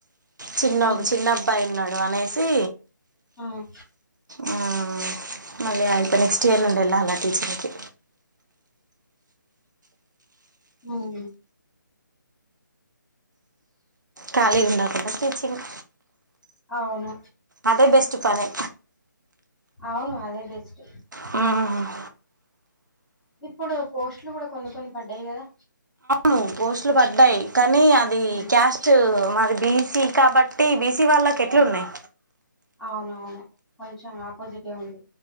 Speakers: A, on the right; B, in the centre.
A: చిన్న
B: ఉమ్
A: ఒక చిన్నబ్బాయిన్నాడు అనేసి
B: ఉమ్
A: మ్మ్ మళ్ళీ అయితే నెక్స్ట్ ఇయర్ నుండి వెళ్ళాల టీచింగ్కి
B: మ్మ్
A: ఖాళీ ఉండకుండా టీచింగ్
B: అవును
A: అదే బెస్ట్ పనే
B: అవును అదే బెస్ట్
A: మ్మ్
B: ఇప్పుడు పోస్టులు కూడా కొన్ని కొన్ని పడ్డాయి కదా
A: అవు పోస్టులు పడ్డాయి కానీ అది
B: ఉమ్
A: క్యాస్ట్ మరి బీసీ కబడ్డీ బీస్ సీ వాళకి ఎట్లున్నాయి
B: ఉమ్ అవునవును కొంచెం ఆపోజిటె ఉంది